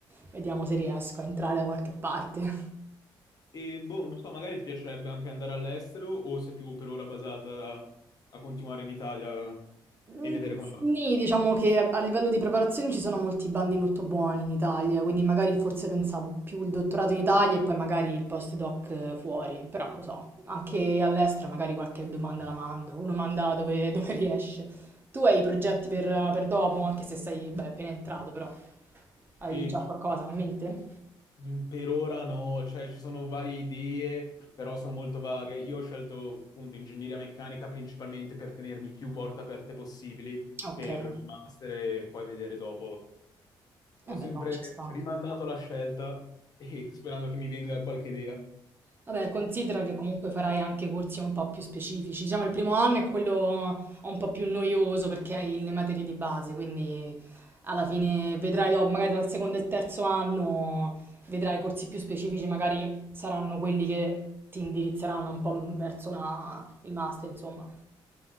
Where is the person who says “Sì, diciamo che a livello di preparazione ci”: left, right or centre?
Right